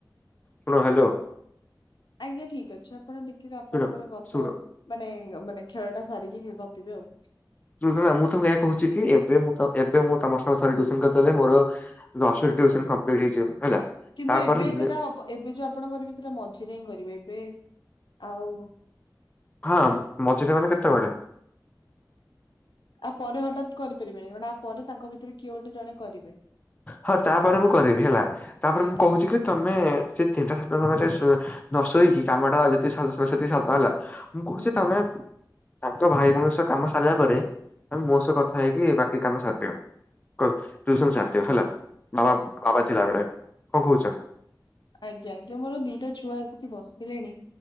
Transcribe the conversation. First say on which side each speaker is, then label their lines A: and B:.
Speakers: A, on the left (about 20°); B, on the left (about 80°).
A: ଶୁଣ ହ୍ୟାଲୋ।
B: ଆଜ୍ଞା ଠିକ୍ ଅଛି ଆପଣ ଟିକେ ଆପଣଙ୍କର
A: ଶୁଣ
B: ଗପ
A: ଶୁଣ
B: ମାନେ ମାନେ ଖେଳ ଟା ସାରିକି ଗପିବେ ଆଉ।
A: ଶୁଣୁଚ ନା ମୁଁ ତମକୁ ଏଇଆ କହୁଛି କି ଏବେ ମୁଁତ ଏବେ ମୁଁ ତମ ସାଙ୍ଗେ <unintelligible> ଦେଲେ ମୋର ଦଶଟି ଟିୟୁସନ୍ କମ୍ପ୍ଲିଟ୍ ହେଇଯିବ ହେଲା।
B: କିନ୍ତୁ
A: ତାପରେ
B: ଏବେ
A: ଦିନେ
B: ସେଟା ଏବେ ଯୋଉ ଆପଣ କରିବେ ସେଟା ମଝିରେ ହିଁ କରିବେ ଏବେ ଆଉ
A: ହଁ ମଝିରେ ମାନେ କେତେବେଳେ?
B: ଆ ପରେ ହଠାତ୍ କରିପାରିବେନି କାରଣ ଆ ପରେ ତାଙ୍କ ଭିତରୁ କିଏ ଗୋଟେ ଜଣେ କରିବେ
A: ହଁ ତାପରେ ମୁଁ କରିବି ହେଲା ତାପରେ
B: ଆଜ୍ଞା
A: ମୁଁ କହୁଛି କି ତମେ ସେ ତିନିଟା <unintelligible> ସାତ ତମେ ନ ଶୋଇକି କାମ ଟା ଯେତିକି ସେତିକି ସାତ ହେଲା ମୁଁ କହୁଛି
B: ହୁଁ।
A: ତମେ ତାଙ୍କ ଭାଇ ଭଉଣୀଙ୍କ ସହ କାମ ସାରିଲା ପରେ ମୋ ସହ କଥା ହେଇକି ବାକି କାମ ସାରିଦିଅ। ଟ୍ୟୁସନ ସା ହେଲା ବାବା ବାବା <unintelligible> କଣ କହୁଛ
B: ଆଜ୍ଞା ଆଜ୍ଞା ମୋର ଦିଟା ଛୁଆ ଆସିକି ବସିଲେଣି